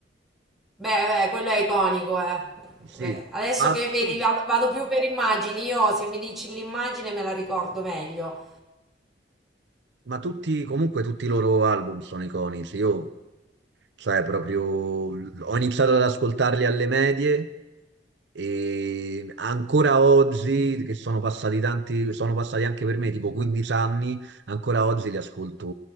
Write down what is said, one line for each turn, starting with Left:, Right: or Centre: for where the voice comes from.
Centre: Beh, beh, quello è iconico, eh.
Right: sì.
Centre: Beh, adesso
Right: Ma,
Centre: che vedi,
Right: tu-
Centre: vado, vado più per immagini. Io, se mi dici l'immagine, me la ricordo meglio.
Right: ma tutti, comunque tutti i loro album sono iconici. Io Cioè, proprio ho iniziato ad ascoltarli alle medie e ancora oggi, che sono passati tanti, sono passati anche per me tipo 15 anni, ancora oggi li ascolto,